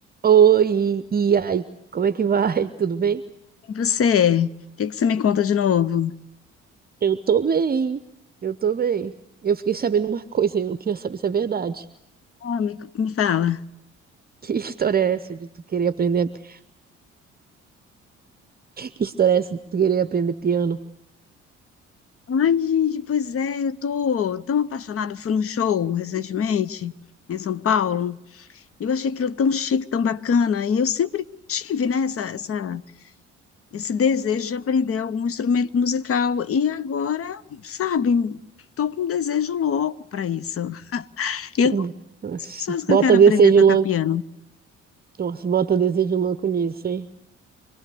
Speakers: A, on the right; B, on the left.
A: Oi, e aí, como é que vai? <laughs> Tudo bem?
B: E você? O que que você me conta de novo?
A: Eu tô bem, eu tô bem. Eu fiquei sabendo uma coisa, e eu queria saber se é verdade. <laughs>
B: Ah, me, me fala.
A: Que história é essa de tu querer aprender? <laughs> Que história é essa de tu querer aprender piano? <laughs>
B: Ai, gente, pois é, eu tô tão apaixonada. Eu fui num show recentemente em São Paulo e eu achei aquilo tão chique, tão bacana. E eu sempre tive, né, essa, essa- esse desejo de aprender algum instrumento musical. E agora, sabe, tô com um desejo louco para isso. E eu
A: Hum,
B: tô com
A: Nossa,
B: as pessoas que
A: bota
B: eu quero
A: desejo
B: aprender a tocar
A: louco.
B: piano.
A: Nossa, bota desejo louco nisso, hein?